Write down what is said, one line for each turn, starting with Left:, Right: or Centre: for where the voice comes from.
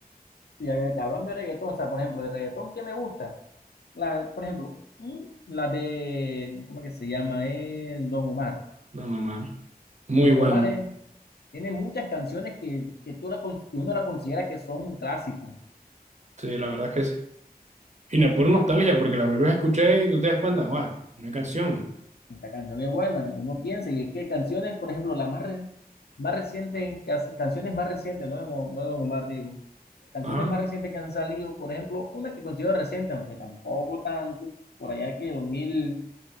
Left: Y eh, hablando de reggaetón, o sea, por ejemplo, de reggaetón que me gusta, la, por ejemplo, mm, la de, ¿cómo que se llama? El Don Omar.
Right: No, no, mal. Muy
Left: Don
Right: bueno.
Left: Omar es- tiene muchas canciones que, que tú la, con- que uno la considera que son clásicos.
Right: Sí, la verdad es que sí. Y no es por nostalgia, porque la vuelves a escuchar y tú te das cuenta, guau, una canción.
Left: Esta canción es buena, uno piensa, y es que canciones, por ejemplo, las más, re- más recientes, cas- canciones más recientes, no de, Don- no de Don Omar, digo, canciones
Right: Ajá,
Left: más recientes que han salido, por ejemplo, una que considero reciente, aunque tampoco tanto, por allá que dos mil